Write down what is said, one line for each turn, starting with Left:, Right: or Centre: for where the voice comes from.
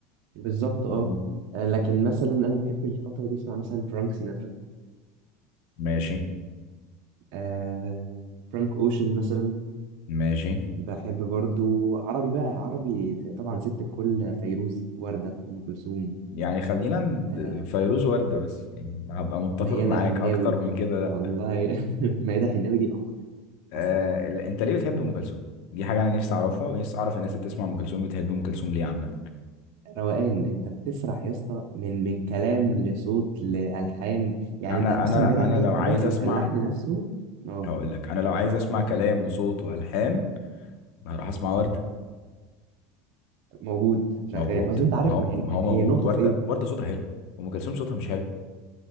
Right: بالظبط اه
Left: مم.
Right: آه، لكن مثلا انا بحب الفتره دي اسمع مثلا فرانك سيناترا
Left: ماشي
Right: آه فرانك اوشن مثلا
Left: ماشي
Right: بحب برضو عربي بقى عربي طبعا ست الكل فيروز وردة أم كلثوم
Left: يعني خلينا ند-
Right: آه،
Left: فيروز وردة بس يعني هبقى متفق
Right: ميادة
Left: معاك
Right: الحناوي
Left: اكتر من كده
Right: والله
Left: لا
Right: <laughs> ميادة الحناوي دي قمر
Left: آه
Right: عسل
Left: ال- انت ليه بتحب ام كلثوم دي حاجة انا نفسي اعرفها ونفسي اعرف الناس اللي بتسمع ام كلثوم بتحب ام كلثوم ليه عامة
Right: روقان انت بتسرح يا اسطى من من كلام لصوت لألحان يعني
Left: انا
Right: انت اصلا
Left: انا
Right: بعيد عن
Left: انا
Right: اي
Left: لو
Right: حاجة
Left: عايز
Right: انت
Left: اسمع
Right: اللحن نفسه اه
Left: هقول لك انا لو عايز اسمع كلام وصوت والحان ما هروح اسمع ورده
Right: موجود شغال
Left: موجود
Right: قصدي انت عارف
Left: ما هو
Right: ما هي
Left: ما هو
Right: هي
Left: موجود
Right: النقطة
Left: ورده
Right: في ايه
Left: ورده صوتها حلو ام كلثوم صوتها مش حلو